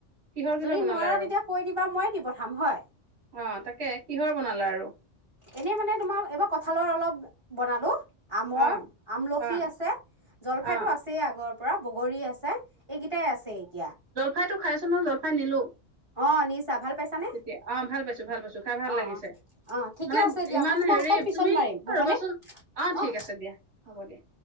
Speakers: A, on the right; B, on the right.
A: কিহৰ কিহৰ
B: যদি
A: বনালা
B: নোৱাৰা
A: আৰু
B: তেতিয়া কৈ এইবাৰ মই দি পঠিয়াম হয়।
A: অ তাকে কিহৰ বনালা আৰু
B: এনেই মানে তোমাৰ এইবাৰ কঁঠালৰ অলপ বনালোঁ। আমৰ,
A: অ
B: আমলখি
A: অ
B: আছে, জলফাইতো
A: অ
B: আছেই আগৰ পৰা বগৰী আছে, এইকেইটাই আছে এতিয়া।
A: জলফাইতো খাইছোঁ নহয়, জলফাই নিলো
B: অ', লৈ গৈছা ভাল পাইছানে
A: তেতিয়া, অ ভাল পাইছোঁ, ভাল পাইছোঁ খাই ভাল
B: অঁ
A: লাগিছে।
B: অঁ অঁ ঠিকে
A: মানে
B: আছে দিয়া
A: ইমান
B: মই তোমাক
A: হেৰি
B: অকণ পিছত
A: তুমি এ
B: মাৰিম হ'বনে
A: ৰ'বাচোন অ
B: অঁ
A: ঠিক আছে দিয়া, হ'ব দিয়া।